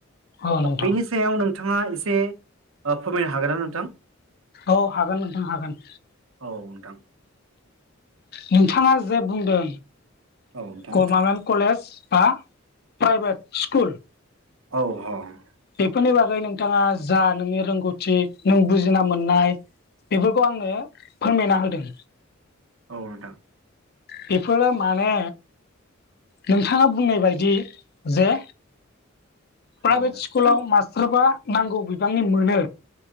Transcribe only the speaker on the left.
औ नोंथां
औ हागोन नोंथां हागोन
नोंथाङा जे बुंदों
गभमेन्ट कलेज बा प्राइभेट स्कुल
बेफोरनि बागै नोंथाङा जा नोंनि रोंगौथि नों बुजिना मोननाय बेफोरखौ आंनो फोरमायना होदों।
बेफोरो माने नोंथाङा बुंनाय बायदि जे प्राइभेट
स्कुलाव मास्टारफ्रा नांगौ बिबांनि मोनो